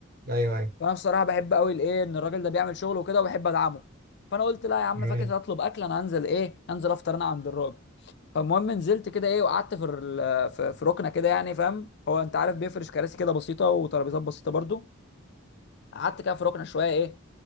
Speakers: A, on the right; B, on the left.
A: ايوه ايوه
B: فانا بصراحه بحب قوي الايه ان الراجل ده بيعمل شغل وكده وبحب ادعمه فانا قلت لا يا عم
A: جميل
B: فاكر هطلب اكل انا هنزل ايه هنزل افطر انا عند الراجل فالمهم نزلت كده ايه وقعدت في ال- في في ركنه كده يعني فاهم هو انت عارف بيفرش كراسي كده بسيطه وترابيزات بسيطه برضو قعدت كده في ركنه شويه ايه